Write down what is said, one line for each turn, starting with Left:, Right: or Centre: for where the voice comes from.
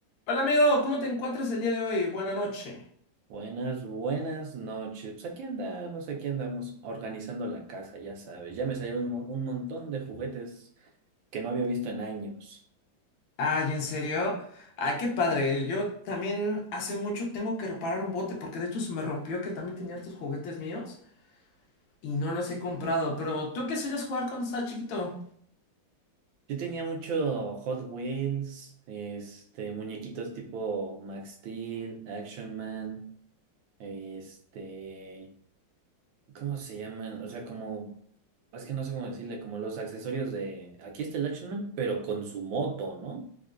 Left: Hola amigo, ¿cómo te encuentras el día de hoy? Buena noche.
Right: Buenas, buenas noches. Pues aquí andamos, aquí andamos, organizando la casa, ya sabes. Ya me salieron un, mo- un montón de juguetes que no había visto en años.
Left: Ay, ¿en serio? Ay, qué padre. Yo también hace mucho tengo que reparar un bote porque de hecho se me rompió que también tenía hartos juguetes míos y no los he comprado. Pero ¿tú qué solías jugar cuando estabas chiquito?
Right: Yo tenía mucho Hot Wheels, este, muñequitos tipo Max Steel, Action Man, este, ¿cómo se llaman? O sea, como, es que no sé cómo decirle, como los accesorios de, aquí está el Action Man, pero con su moto, ¿no?